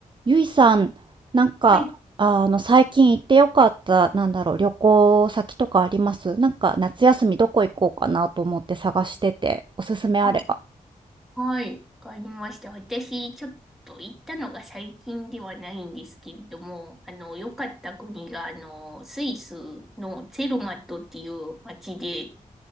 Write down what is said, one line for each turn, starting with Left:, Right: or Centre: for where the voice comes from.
Right: ゆいさん、なんか、
Centre: はい。
Right: あの、最近行ってよかった、なんだろう、旅行先とかありますなんか、夏休みどこ行こうかなと思って探してて、おすすめあれば。
Centre: あ、はい。わかりました。私、ちょっと行ったのが最近ではないんですけれども、あの、良かった国が、あの、スイスのツェルマットっていう街で、